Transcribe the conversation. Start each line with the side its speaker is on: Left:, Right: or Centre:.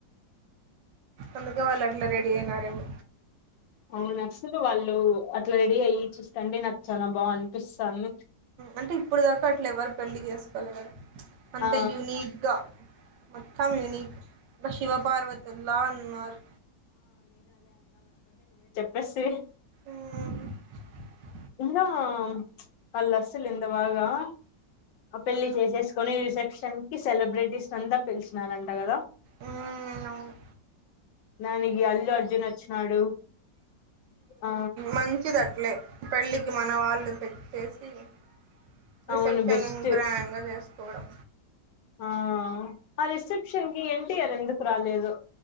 Right: అందుకో వాల్ అట్లా రెడీ అయినారేమో.
Left: అవున అస్సలు వాళ్ళు. అట్లా రెడీ అయ్యి చూస్తండి నాకు. చాలా బాగా అనిపిస్తాంది
Right: అంటే ఇప్పుడు దాకా అట్లా ఎవరు పెళ్లి చేసు చల్లబడు. అంత
Left: ఆ
Right: యునీగ్గా. మొత్తం ని శివపార్వతుల్ల ఉన్నారు.
Left: బస్సు ఏ
Right: మ్
Left: ఉందా వాళ్ళు అసలుందా వాగా. ఆ పెళ్లి చేసేసుకొని రిసెప్షన్ కి. సెలబ్రిటీస్ అంత పిలిచినారంట కదా.
Right: ఆ అవును.
Left: దానికి అల్లు అర్జున్ వచ్చినాడు ఆ
Right: మంచిది అట్లే, పెళ్ళికి మన వాళ్ళు తెచ్చేసి <unintelligible>
Left: అవును
Right: రిసెప్షన్
Left: బెస్ట్
Right: గ్రాండ్గా చేస్త కోడం.
Left: ఆ ఆ రెసెప్షన్ కి ఎ టీయరూ ఎందుకు రాలేదు.